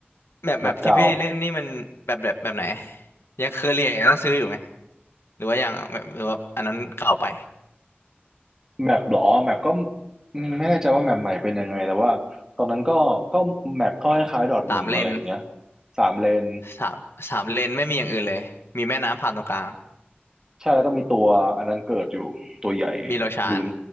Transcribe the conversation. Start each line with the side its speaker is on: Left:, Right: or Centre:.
Left: แมปแมปที่พี่เล่นนี่มันแบบแบบแบบไหน
Right: แบบเก่า
Left: ยังเคยเรียนยังต้องซื้ออยู่ไหมหรือว่ายังแบบหรือว่าอันนั้นเก่าไป
Right: แมปหรอแมปก็อืมไม่แน่ใจว่าแมปใหม่เป็นยังไงแต่ว่าตอนนั้นก็ก็แมปก็คล้ายๆดอทหนึ่งอะไรอย่างเงี้ย
Left: สามเลน
Right: สามเลน
Left: สามสามเลนไม่มีอย่างอื่นเลยมีแม่น้ำผ่านตรงกลาง
Right: ใช่แล้วก็มีตัวอันนั้นเกิดอยู่ตัวใหญ่
Left: มีโลชาน
Right: ลืม